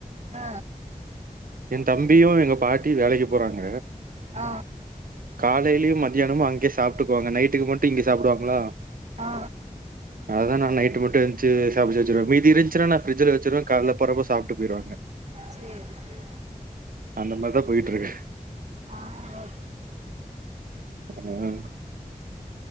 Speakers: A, on the right; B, on the right.
A: அ
B: ஏ தம்பியு எங்க பாட்டியு வேலைக்குப் போறாங்க
A: ஆ
B: காலேலயு மதியானமு அங்கயே சாப்டுக்குவாங்க நைட்டுக்கு மட்டு இங்க சாப்டுவாங்ளா
A: ஆ
B: அதா நா நைட்டு மட்டு எஞ்ச்சு சமைச்சி வெச்சிருவ மீதி இருஞ்சினா நா ஃபிரிஜ்ல வெச்சிருவ கால்ல போறப்ப சாப்ட்டு போயிருவாங்க
A: சேரி சேரி
B: அந்த மாரிதா போயிட்டு இருக்கு
A: ஆ ஓ
B: ஆ